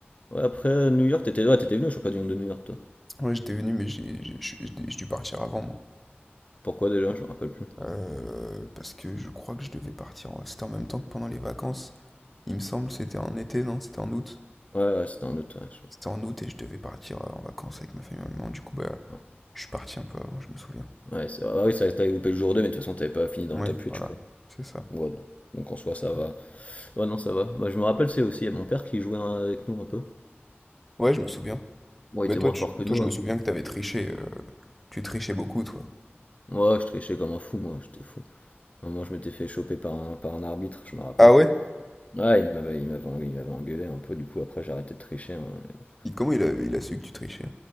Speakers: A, on the left; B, in the centre.
A: Ouais, après, New York, t'étais ouais, t'étais venu au championnat du monde de New York, toi.
B: Ouais, j'étais venu, mais j'ai j'ai- je j'ai dû partir avant, moi.
A: Pourquoi déjà, je me rappelle plus.
B: Euh, parce que je crois que je devais partir. en- C'était en même temps que pendant les vacances. Il me semble, c'était en été, non? C'était en août.
A: Ouais, ouais, c'était un autre, ouais, je-
B: C'était en août et je devais partir euh, en vacances avec ma famille et ma maman. Du coup, bah,
A: non.
B: Je suis parti un peu avant, je me souviens.
A: Ouais, c'est vrai. Ah oui, ça t'avais loupé le jour deux mais de toute façon, t'avais pas fini dans
B: Ouais,
A: le top huit
B: voilà,
A: je crois.
B: c'est ça.
A: Ouais, donc en soi, ça va. Ouais, non, ça va. Moi, je me rappelle, c'est aussi, il y a mon père qui jouait hein, avec nous un peu.
B: Ouais, je me souviens.
A: Bon,
B: Mais
A: il était
B: toi,
A: moins
B: tu-
A: fort que nous,
B: toi je
A: après.
B: me souviens que t'avais triché. euh, Tu trichais beaucoup, toi.
A: Ouais, je trichais comme un fou, moi, j'étais fou. À un moment, je m'étais fait choper par un, par un arbitre, je me rappelle.
B: Ah ouais?
A: Ouais, il m'avait il m'avait engue- il m'avait engueulé un peu, du coup, après, j'ai arrêté de tricher. hein, mais bon.
B: Il- Comment il a, il a su que tu trichais?